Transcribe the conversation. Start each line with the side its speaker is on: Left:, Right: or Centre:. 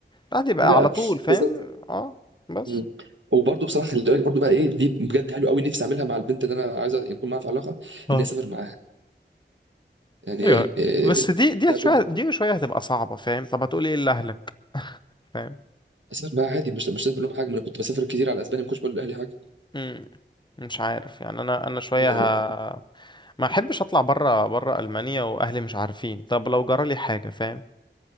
Left: بعد يبقى
Right: ليه لا
Left: على طول فاهم
Right: بالظبط
Left: اه بس
Right: مم. وبرضه بصراحه خلي بالك برضه بقى ايه دي بجد حلو قوي نفسي اعملها مع البنت اللي انا عايز يكون معاها في علاقه
Left: اه
Right: اني اسافر معاها يعني
Left: ايوه
Right: إيه،
Left: بس دي دي
Right: ده
Left: شوية
Right: بن...
Left: دي شوية هتبقى صعبة فاهم طب هتقول ايه لأهلك <laughs> فاهم
Right: اسافر معاها عادي مش مش لازم أقول لهم حاجه ما انا كنت بسافر كتير على اسبانيا ما كنتش بقول لاهلي حاجه
Left: مم. مش عارف يعني انا انا شوية
Right: آه،
Left: ه... ما احبش اطلع بره بره ألمانيا واهلي مش عارفين طب لو جرى لي حاجة فاهم